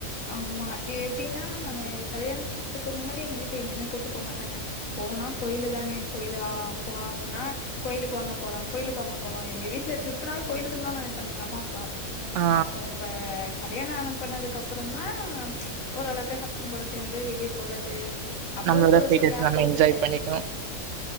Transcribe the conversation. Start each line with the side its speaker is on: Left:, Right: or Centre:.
Left: ஆமா எப்டின்னா நானு கல்யாணத்துக்கு முன்னாடி எங்க வீட்ல எங்கயுமே கூட்டு போகமாட்டாங்க போனா கோயிலு தாங்க கோயிலு போனாங்கனா கோயிலுக்கு வாங்க போலா கோயிலுக்கு வாங்க போலா எங்க வீட்ல ட்ரிப்னா கோயிலுக்கு தா நனப் ப எங்க அம்மாப்பா
Right: ஆ
Left: அப்புறோ இப்ப கல்யாணோ ஆன பண்ணதுக்கு அப் அப்புறமா ஓரளவுக்கு ஹஸ்பண்ட் கூட சேந்து வெளியே போறது அப்போ
Right: நம்மளோட
Left: ஒரு
Right: ஃப்ரீ
Left: வருஷோ
Right: டயத்த
Left: கேப்
Right: நம்ம
Left: உட்டுட்டே
Right: என்ஜாய் பண்ணிக்கணு